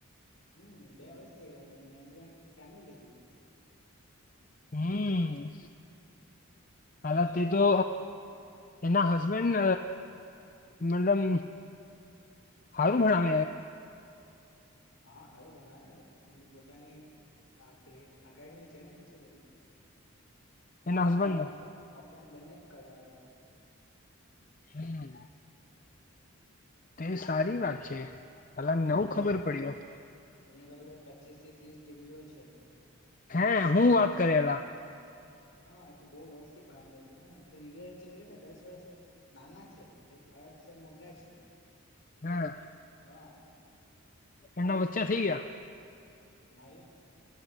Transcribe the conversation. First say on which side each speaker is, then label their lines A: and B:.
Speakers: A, on the left; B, on the left.
A: હમ બે વર્ષ થઈ ગયા એમને મેનેજમેન્ટ ક્યાં ન લઈ લીધું.
B: હમ હલા તે તો એના હસબેન્ડ? મતલબ સારું ભણાવ
A: હા હારું ભણાય ને પોતાની આપડી અડમી છે ને કેટલું?
B: એના
A: ઓનલાઈન
B: હસબન્ડને
A: ઓફ ઓફલાઈન બંને કરાવે.
B: હમ તે સારી વાત છે. હલા
A: એમને
B: નવું
A: પસે
B: ખબર
A: તો
B: પડ્યું
A: એમને પ પચીસ થી ત્રીસ ડિગ્રીઓ છે
B: હે હું વાત કરે એલા
A: હા એ તો બહુ વર્ષ થી ભણતા હ છે નેગ છે તો કેટલા દસ વર્ષ નાના છે એ ફળાદસર મોટા છે
B: હા
A: હા.
B: એના વચ્ચા થઈ ગયા.
A: ના